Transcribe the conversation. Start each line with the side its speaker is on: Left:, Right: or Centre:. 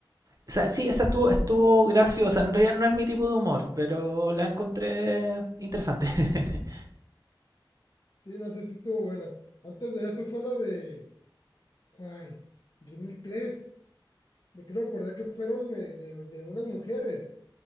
Right: O sea, sí, esa estuvo, estuvo graciosa. En realidad no es mi tipo de humor, pero la encontré interesante. <laughs>
Left: Sí, no sé si estuvo buena. Antes de eso fue la de, ¿cuál? 2003. Me quiero acordar que fueron eh, de, de unas mujeres,